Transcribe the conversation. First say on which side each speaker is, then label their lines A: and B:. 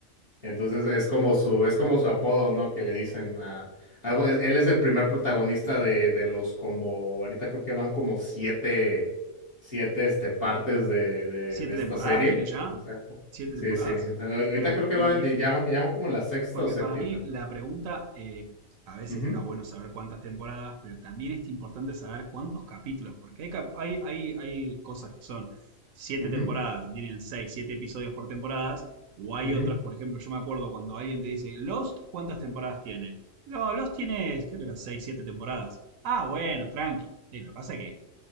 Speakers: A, on the left (about 45°); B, on the right (about 80°).
A: Entonces es como su, es como su apodo, ¿no? Que le dicen a, a- pues, él es el primer protagonista de, de los como, ahorita creo que van como siete, siete este, partes de, de,
B: ¿Siete
A: de esta
B: temporadas
A: serie.
B: tiene ya?
A: Exacto.
B: ¿Siete
A: Sí,
B: temporadas?
A: sí. Entonces, ahorita
B: Pero,
A: creo que
B: y
A: van, ya van, ya van como la sexta
B: Porque
A: o séptima.
B: para mí la pregunta, eh, a veces
A: Ujú,
B: está bueno saber cuántas temporadas, pero también es importante saber cuántos capítulos, porque hay, cap- hay, hay, hay cosas que son siete
A: ujú,
B: temporadas y tienen seis, siete episodios por temporadas, o hay
A: ujú,
B: otras, por ejemplo, yo me acuerdo cuando alguien te dice, Lost, ¿cuántas temporadas tiene? No, Lost tiene, creo que eran seis, siete temporadas. Ah, bueno, tranqui. Sí, lo que pasa es que